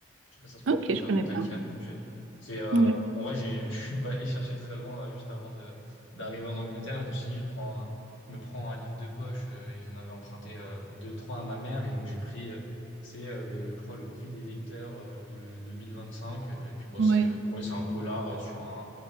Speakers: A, on the left (about 85°); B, on the right (about 90°).
A: Je sais pas, si ça se prononce
B: Ok,
A: comme ça,
B: je connais
A: ou Takian.
B: pas.
A: je- C'est, euh,
B: Mm.
A: en vrai, j'ai, <laughs> je suis pas allé chercher très loin euh, juste avant de, d'arriver en Angleterre. Je me suis dit, je prends un- je me prends un livre de poche euh, et j'en avais emprunté euh, deux, trois à ma mère. Et donc, j'ai pris, euh, c'est euh, le, je crois, le Cri des lecteurs euh, de 2025. euh, Et puis, bon,
B: Ouais.
A: c'est, ouais, c'est un polar euh, sur un,